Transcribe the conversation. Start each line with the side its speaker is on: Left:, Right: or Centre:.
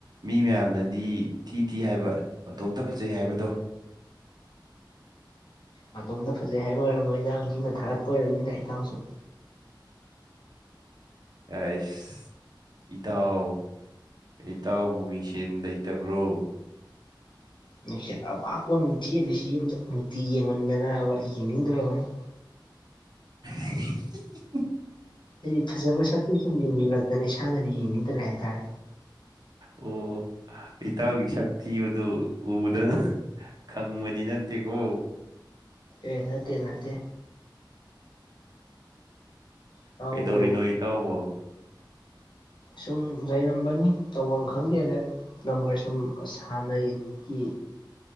Right: ꯃꯤ ꯃꯌꯥꯝꯅꯗꯤ ꯊꯤ ꯊꯤ ꯍꯥꯏꯕ ꯃꯇꯣꯝꯇ ꯐꯖꯩ ꯍꯥꯏꯕꯗꯣ
Left: ꯃꯇꯣꯝꯇ ꯐꯖꯩ ꯍꯥꯏꯕ ꯑꯣꯏꯔꯝꯃꯣꯏꯗ ꯃꯤꯅ ꯊꯥꯒꯠꯄ ꯑꯣꯏꯔꯝꯅꯤꯗ ꯏꯇꯥꯎꯁꯨ
Right: ꯑꯥꯏꯁ ꯏꯇꯥꯎ ꯏꯇꯥꯎꯕꯨ ꯃꯤꯡꯁꯦꯟ ꯂꯩꯇꯕ꯭ꯔꯣ
Left: ꯃꯤꯡꯁꯦꯜ ꯑꯄꯥꯛꯄ ꯑꯝꯅꯤ ꯊꯦꯠꯂꯤꯁꯤ ꯌꯨꯝꯗꯥ ꯅꯨꯡꯇꯤ ꯌꯦꯡꯃꯟꯗꯅꯥꯕ ꯌꯦꯡꯅꯤꯡꯗ꯭ꯔꯕꯅꯤ
Right: <inaudible>
Left: ꯍꯥꯏꯗꯤ ꯐꯖꯕ ꯁꯛꯁꯦ ꯁꯨꯝ ꯌꯦꯡꯖꯤꯜꯂꯛꯇꯅ ꯏꯁꯥꯅꯗꯤ ꯌꯦꯡꯅꯤꯡꯇꯔꯦ ꯍꯥꯏꯇꯥꯔꯦ
Right: ꯑꯣ ꯏꯇꯥꯎꯒꯤ ꯁꯛꯊꯤꯕꯗꯨ ꯎꯕꯗ ꯈꯪꯕꯗꯤ ꯅꯠꯇꯦꯒꯣ
Left: ꯑꯦ ꯅꯠꯇꯦ ꯅꯠꯇꯦ ꯏꯇꯥꯎꯕꯨ
Right: ꯀꯩꯗꯧꯔꯤꯅꯣ ꯏꯇꯥꯎꯕꯣ
Left: ꯁꯨꯝ ꯂꯩꯔꯝꯕꯅꯤ ꯇꯧꯐꯝ ꯈꯪꯗꯦꯅ ꯅꯝꯕꯔ ꯁꯨꯝ ꯁꯥꯟꯅꯩꯒꯤ